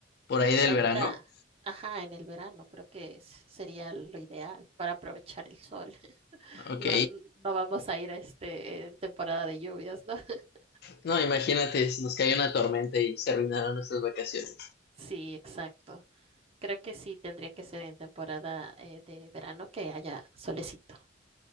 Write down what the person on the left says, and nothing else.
¿Por ahí del
verano?
Ok.
No, imagínate, si nos cae una tormenta y se arruinaron nuestras vacaciones.